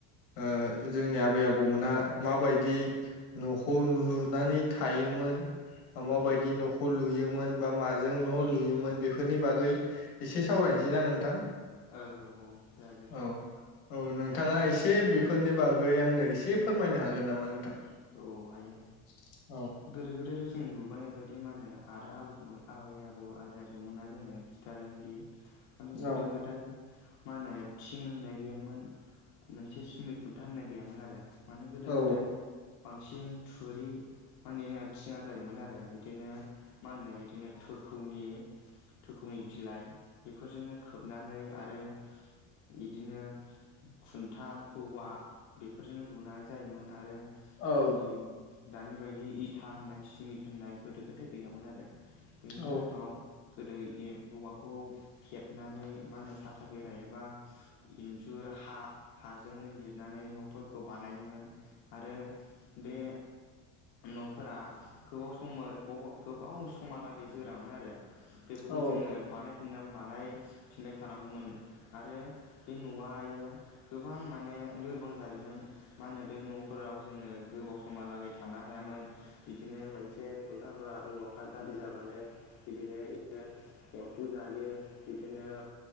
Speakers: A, on the left; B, on the left.
A: ओ जोंनि आबै आबौ मोनहा माबायदि
B: उम
A: नख खो लुनानै थायोमोन मा
B: उम
A: माबायदि
B: ओं
A: न'खौ लुयोमोन बा माजों न'लुयोमोन बेफोरनि बागै एसे सावरायनोसैना नोंथां
B: ओ औ-औ जायो ।
A: औ औ नोंथाङा एसे बेफोरनि बागै आंनो एसे फोरमायनो हागोन नामा नोंथां?
B: औ हायो
A: <unintelligible>
B: गोदो गोदायथ जों नुुब नुबोनाय बायदि मा होनो आरो आ आबै आबौ आबौ आजै आजौ मोना जोंनो खिनथादोंदि माने गोदो
A: औ
B: गोदाय मा होनो थिं होननाय गैयामोन मोनसे सिमिट खुन्था होननाय गैयामोन आरो मानो गोदो
A: औ
B: गोदाय बांसिन थुरि मा होनो जोंहा थिङा जायोमोन आरो इदिनो मा होनो इदिनो थोखौनि थोखौनि बिलाइ बेफोरजोंनो खोबनानै आरो इदिनो खुन्था औवा बेफोरजोंनो लुनाय जायोमोन आरो जोंनि
A: औ
B: दानि बायदि बि इथा होननाय सिमित होननाय गोदो गोदाय गैयामोन आरो बेनि
A: औ
B: जाउनाव गोदो ए औवाखौ हेबनानै मा होनो साथा बेरा एबा इन्जुर हा हाजोंनो लिरनानै नफोरखौ बानायोमोन आरो बे न'फोरा गोबाव सम गब गोबाव समहालागै जोरामोन आरो बेफोरखौ
A: औ
B: जोङो बानाय फिना बानायफिनबाय थानांगौमोननो आरो बे न'आयो गोबां माने लोरबां जायोमोन मा होनो बे न'फोराव जोङो गोबाव समालागै थानो हायामोन बिदिनो मोनसे खुन्थाफ्रा औवाफ्रा गाज्रि जाबानो बिदिनो बिदिनो एम्फौ जायो बिदिनो